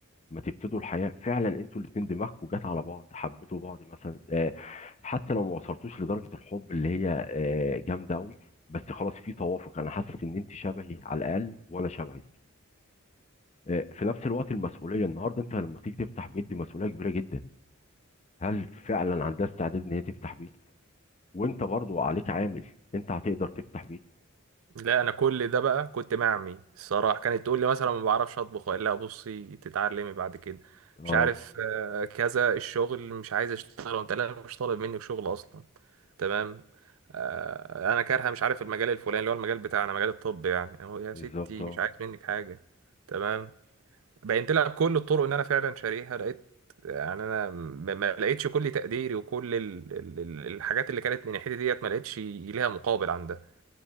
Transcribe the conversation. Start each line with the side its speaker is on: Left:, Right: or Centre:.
Left: ما تبتدوا الحياه فعلا انتوا الاثنين دماغكم جت على بعض حبيتوا بعض مثلا آه، حتى لو ما وصلتوش لدرجه الحب اللي هي آه، جامده قوي بس خلاص في توافق انا حاسس ان انت شبهي على الاقل وانا شبهك آه، في نفس الوقت المسؤوليه النهارده انت لما تيجي تفتح بيت دي مسؤوليه كبيره جدا هل فعلا عندها استعداد ان هي تفتح بيت وانت برضو عليك عامل انت هتقدر تفتح بيت
Right: لا انا كل ده بقى كنت مع امي الصراحه كانت تقول لي مثلا ما بعرفش اطبخ اقول لها بصي تتعلمي بعد كده
Left: اه
Right: مش عارف آه، كذا الشغل مش عايز اشتغل وانت لا مش طالب منك شغل اصلا تمام آه، انا كارهه مش عارف المجال الفلاني اللي هو المجال بتاعنا مجال الطب يعني اهو يا
Left: بالظبط
Right: ستي
Left: اه
Right: مش عايز منك حاجه تمام بينت لها بكل الطرق ان انا فعلا شاريها لقيت يعني انا ما ما لقيتش كل تقديري وكل ال- ال- ال- الحاجات اللي كانت من ناحيتي ديت ما لقيتش ليها مقابل عندها